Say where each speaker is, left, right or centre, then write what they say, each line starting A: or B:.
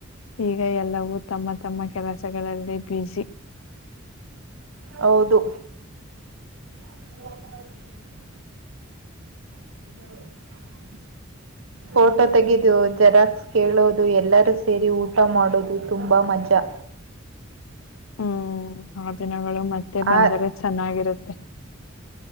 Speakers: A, on the left; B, on the right.
A: ಈಗ ಎಲ್ಲವೂ ತಮ್ಮ ತಮ್ಮ ಕೆಲಸಗಳಲ್ಲಿ ಬಸ
B: ಹೌದು ಹ. ಹ
A: <unintelligible>
B: ಫೋಟೋ ತೆಗೆದು ಜೆರಾಕ್ಸ್ ಕೇಳೋದು ಎಲ್ಲಾರೂ ಸೇರಿ ಊಟ ಮಾಡೋದು ತುಂಬಾ ಮಜಾ
A: <unintelligible> ಹ್ಮ್ ಆ ದಿನಗಳು ಮತ್ತೆ ಬಂದರೆ
B: ಆ
A: ಚೆನ್ನಾಗಿರುತ್ತೆ